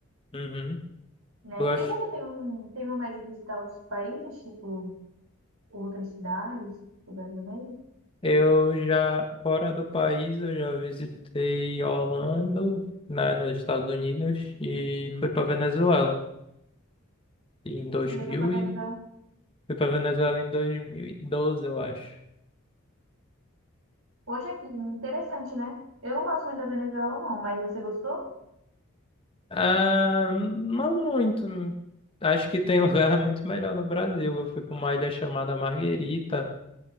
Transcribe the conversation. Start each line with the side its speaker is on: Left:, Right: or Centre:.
Left: uhum,
Right: né?
Left: eu acho.
Right: E você tem, um, tem vontade de visitar outros países, tipo, outras cidades, do Brasil mesmo?
Left: Eu já, fora do país, eu já visitei Orlando, né, nos Estados Unidos, e fui pra Venezuela em 2000
Right: Você já foi pra Venezuela?
Left: e... Fui pra Venezuela em 2012, eu acho.
Right: Hoje aqui, interessante, né? Eu não gosto muito da Venezuela, não, mas você gostou?
Left: Ah, não muito. Acho que tem <laughs> um lugar muito melhor no Brasil. Eu fui pra uma ilha chamada Marguerita,